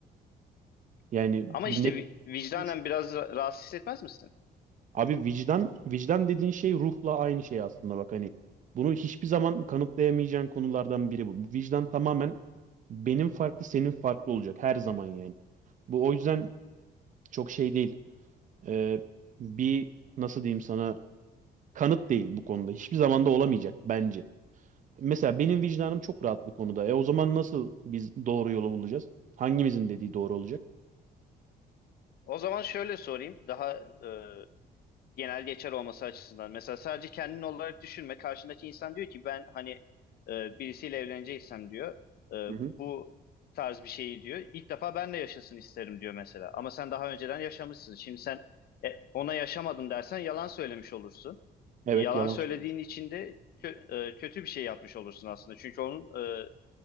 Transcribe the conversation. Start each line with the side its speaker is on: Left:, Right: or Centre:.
Right: Yani
Left: Ama
Right: bir
Left: işte
Right: ne
Left: vi-
Right: kadar
Left: vicdanen biraz ra- rahatsız hissetmez misin?
Right: Abi vicdan vicdan dediğin şey ruhla aynı şey aslında bak hani bunu hiçbir zaman kanıtlayamayacağın konulardan biri bu. Vicdan tamamen benim farklı senin farklı olacak her zaman yani. Bu o yüzden çok şey değil. Ee, bir nasıl diyeyim sana kanıt değil bu konuda. Hiçbir zaman da olamayacak bence. Mesela benim vicdanım çok rahat bu konuda. E o zaman nasıl biz doğru yolu bulacağız? Hangimizin dediği doğru olacak?
Left: O zaman şöyle sorayım. Daha e, genel geçer olması açısından. Mesela sadece kendin olarak düşünme. Karşındaki insan diyor ki ben hani e, birisiyle evleneceksem diyor. e,
Right: Hı hı.
Left: bu tarz bir şeyi diyor. İlk defa ben de yaşasın isterim diyor mesela. Ama sen daha önceden yaşamışsın. Şimdi sen e, ona yaşamadın dersen yalan söylemiş olursun.
Right: Evet
Left: Yalan
Right: yalan
Left: söylediğin
Right: söylemiş oldum.
Left: için de kö- e, kötü bir şey yapmış olursun aslında. Çünkü onun e,